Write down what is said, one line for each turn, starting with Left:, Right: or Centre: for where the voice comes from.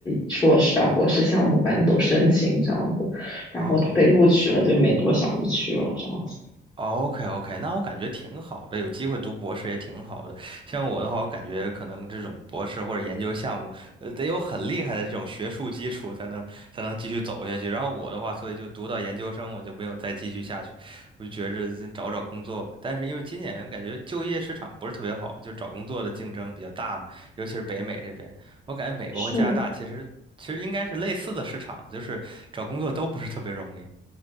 Left: 硕士啊、博士项目，反正都申请这样子，然后被录取了，
Right: 哦，
Left: 就没多想就去了这样子。
Right: OK OK，那我感觉挺好的，有机会读博士也挺好的。像我的话，我感觉可能这种博士或者研究项目，呃，得有很厉害的这种学术基础，才能才能继续走下去。然后我的话，所以就读到研究生，我就没有再继续下去，我就觉着先找找工作吧。但是因为今年感觉就业市场不是特别好，就找工作的竞争比较大嘛，尤其是北美这边，我感觉美国和加拿大其实其实应该是类似的市场，
Left: 是，
Right: 就是找工作都不是特别容易。